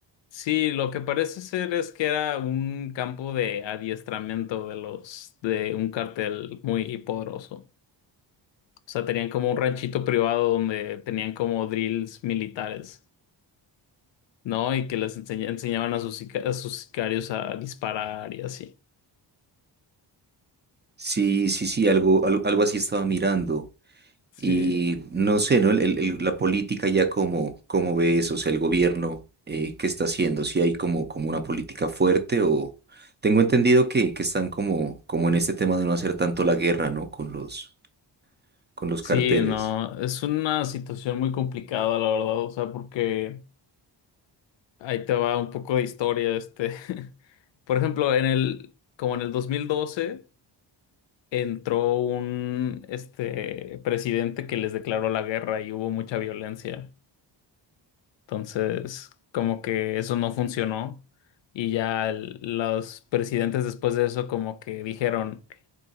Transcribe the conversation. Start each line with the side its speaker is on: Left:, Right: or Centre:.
Left: Sí, lo que parece ser es que era un campo de adiestramiento de los de un cartel muy poderoso. O sea, tenían como un ranchito privado donde tenían como drills militares, ¿no? Y que les enseña- enseñaban a sus, sica- a sus sicarios a disparar y así.
Right: Sí, sí, sí, algo, algo, algo así estaba mirando.
Left: Sí,
Right: Y no sé, ¿no? El- el- el- la política ya como, como ve eso, o sea, el gobierno, eh, ¿qué está haciendo? Si hay como, como una política fuerte o... Tengo entendido que, que están como, como en este tema de no hacer tanto la guerra, ¿no? Con los, con los
Left: sí,
Right: carteles.
Left: no, es una situación muy complicada, la verdad, o sea, porque Ahí te va un poco de historia, este. <laughs> Por ejemplo, en el, como en el 2012 entró un, este, presidente que les declaró la guerra y hubo mucha violencia. Entonces, como que eso no funcionó y ya el- los presidentes después de eso como que dijeron,